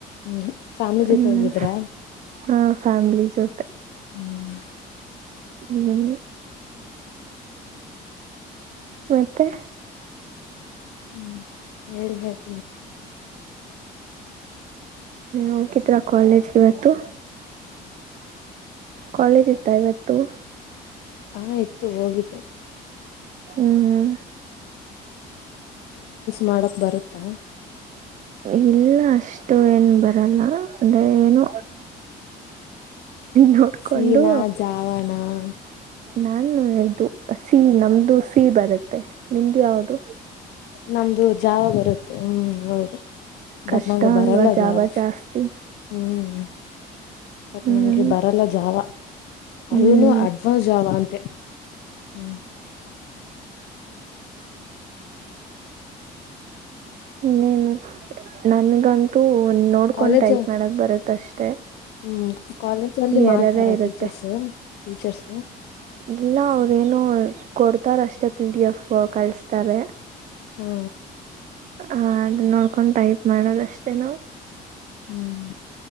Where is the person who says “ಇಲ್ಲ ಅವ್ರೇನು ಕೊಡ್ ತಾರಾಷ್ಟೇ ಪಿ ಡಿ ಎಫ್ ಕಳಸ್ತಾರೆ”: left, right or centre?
Right